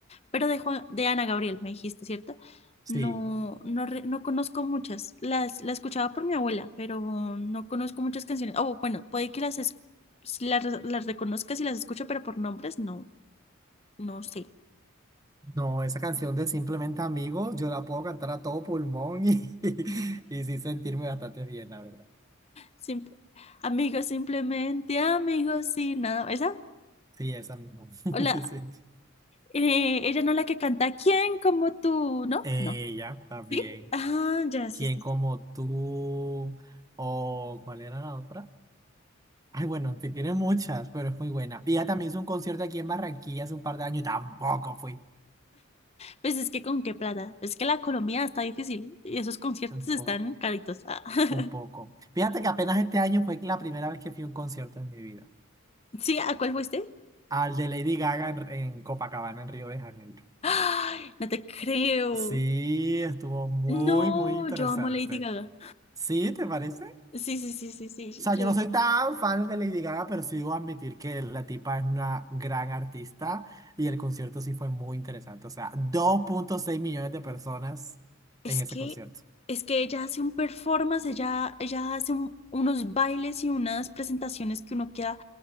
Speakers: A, on the left; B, on the right.
A: Pero de Juan- de Ana Gabriel, me dijiste, ¿cierto?
B: Sí.
A: No, no, re- no conozco muchas. Las, la escuchaba por mi abuela, pero no conozco muchas canciones. Oh, bueno, puede que las, es- las, las reconozca si las escucho, pero por nombres no. No sé.
B: No, esa canción de Simplemente Amigos, yo la puedo cantar a todo pulmón y, <laughs> y, sí sentirme bastante bien, la verdad.
A: Simple- amigos, simplemente amigos y nada. ¿Esa?
B: Sí, esa misma. <laughs>
A: Hola.
B: Sí.
A: eh, ella no la que canta ¿Quién como tú? ¿No?
B: Ella
A: No.
B: también.
A: ¿Sí? Ah, ya, sí,
B: ¿Quién
A: sí,
B: como
A: sí.
B: tú? ¿O cuál era la otra? Ay, bueno, en fin, tiene muchas, pero es muy buena. Y ella también hizo un concierto aquí en Barranquilla hace un par de años y tampoco fui.
A: Pues es que con qué plata. Es que la Colombia está difícil y esos conciertos
B: Un
A: están
B: poco,
A: caritos. Ah. <laughs>
B: un poco. Fíjate que apenas este año fue la primera vez que fui a un concierto en mi vida.
A: ¿Sí? ¿A cuál fuiste?
B: Al de Lady Gaga en, en Copacabana, en Río de Janeiro.
A: ¡Ay! No te creo.
B: Sí, estuvo muy,
A: No,
B: muy interesante.
A: yo amo Lady Gaga.
B: ¿Sí, te parece?
A: Sí, sí, sí, sí, sí.
B: O sea,
A: Yo,
B: yo no soy tan fan de Lady Gaga, pero sí debo admitir que la tipa es una gran artista y el concierto sí fue muy interesante. O sea, dos punto seis millones de personas
A: Es
B: en ese
A: que,
B: concierto.
A: es que ella hace un performance, ella, ella hace un- unos bailes y unas presentaciones que uno queda,